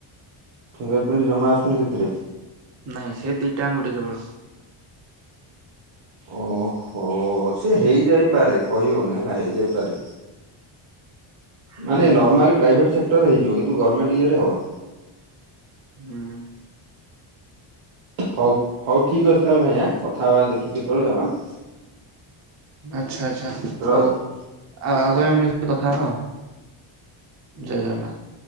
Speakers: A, on the right; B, on the right.
A: ଫିଙ୍ଗର ପ୍ରିଣ୍ଟ ଜମା ଆସୁନି ସେଥିରେ?
B: ନାଇଁ ସେ ଦିଟା ଆଙ୍ଗୁଠି କେବଳ।
A: ଓ ହୋ ସେ ହେଇ ଯାଇ ପାରେ କହି ହଉନି ହେଲା ହେଇ ଯାଇ ପାରେ।
B: ହୁଁ।
A: ମାନେ ନର୍ମାଲି ପ୍ରାଇଭେଟ ସେକ୍ଟର ହେଇଯିବ କିନ୍ତୁ ଗର୍ଣ୍ଣେଣ୍ଟ ଇଏରେ ହବନି।
B: ହୁଁ।
A: ହଉ ହଉ ଠିକ୍ ଅଛି ତାହେଲେ ଭାଇ ହାଁ କଥା ହେବା ଦେଖିକି କେତେବେଳେ ଆଉ ହାଁ।
B: ଆଚ୍ଛା ଆଚ୍ଛା
A: ରହିଲି
B: ହଉ ଆଉ ଆଗ
A: ହଉ
B: ଏ ଟିକେ କଥା ହେବା ଆଉ ଜୟ ଜଗନ୍ନାଥ।